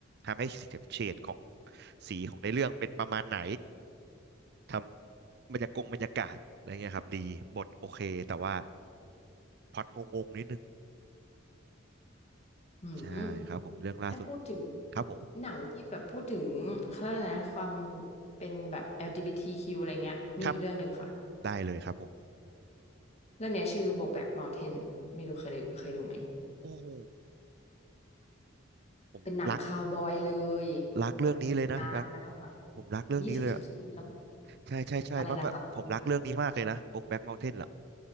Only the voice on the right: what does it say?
ทำให้เฉดของสีของในเรื่องเป็นประมาณไหนทำบรรยากงบรรยากาศอะไรเงี้ยครับดีบทโอเคแต่ว่าพล็อตงงๆนิดนึง
ใช่ครับผมเรื่องล่าสุด
ครับผม
ครับได้เลยครับผม
โอ้โหผมรัก
รักเรื่องนี้เลยนะรัก
ผมรักเรื่องนี้เลยอะ
ใช่ใช่ใช่ปั๊บปั๊บผมรักเรื่องนี้มากเลยนะบุ๊กแบ็กเมาน์เทนเหรอ